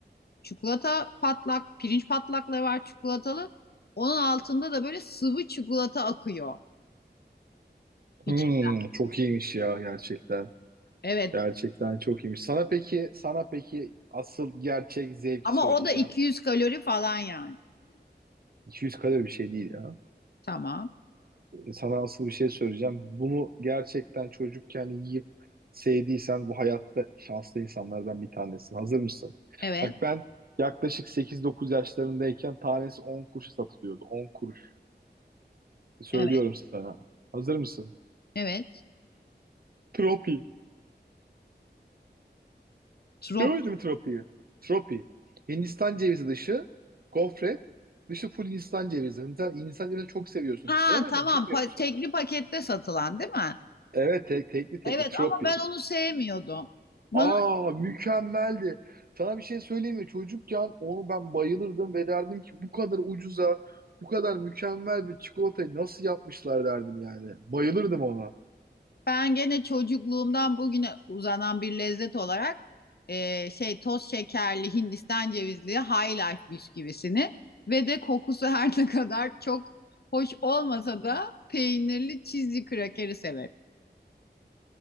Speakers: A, on the left; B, on the right.
A: Çikolata patlak, pirinç patlakları var çikolatalı. Onun altında da böyle sıvı çikolata akıyor. İç,
B: Hmm, çok iyiymiş ya gerçekten.
A: evet.
B: Gerçekten çok iyiymiş. Sana peki, sana peki asıl gerçek zevki
A: Ama
B: söyleyeceğim.
A: o da 200 kalori falan yani.
B: 200 kalori bir şey değil ya.
A: Tamam.
B: Sana asıl bir şey söyleyeceğim. Bunu gerçekten çocukken yiyip sevdiysen bu hayatta şanslı insanlardan bir tanesin. Hazır mısın?
A: Evet.
B: Bak ben yaklaşık 8-9 yaşlarındayken tanesi 10 kuruşa satılıyordu. 10 kuruş. Söylüyorum
A: Evet.
B: sana. Hazır mısın?
A: Evet.
B: Tropi.
A: Trop.
B: Gördüm Tropi'yi. Tropi. Hindistan cevizi dışı, gofret, dışı full Hindistan cevizi. Hindistan, Hindistan cevizini çok seviyorsun.
A: Ha
B: Yemedim,
A: tamam.
B: bilmiyor
A: Pa-
B: musun?
A: tekli pakette satılan değil mi?
B: Evet, tek, tekli tekli
A: Evet
B: Tropi.
A: ama ben onu sevmiyordum. Bana
B: Aa mükemmeldi. Sana bir şey söyleyeyim mi? Çocukken onu ben bayılırdım ve derdim ki bu kadar ucuza, bu kadar mükemmel bir çikolatayı nasıl yapmışlar derdim yani. Bayılırdım ona.
A: Ben gene çocukluğumdan bugüne uzanan bir lezzet olarak e, şey toz şekerli Hindistan cevizli High Life bisküvisini ve de kokusu her ne kadar çok hoş olmasa da peynirli cheesy krakeri severim.